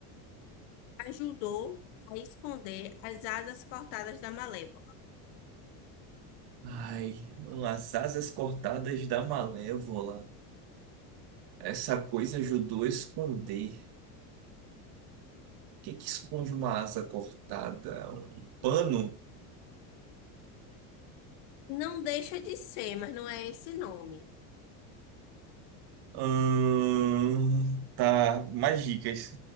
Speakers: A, on the left (about 70°); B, on the right (about 55°).
A: ajudou a esconder as asas cortadas da Malévola.
B: Ai, as asas cortadas da Malévola. Essa coisa ajudou a esconder. O que que esconde uma asa cortada? Um pano?
A: Não deixa de ser, mas não é esse nome.
B: Ahn, tá, mais dicas.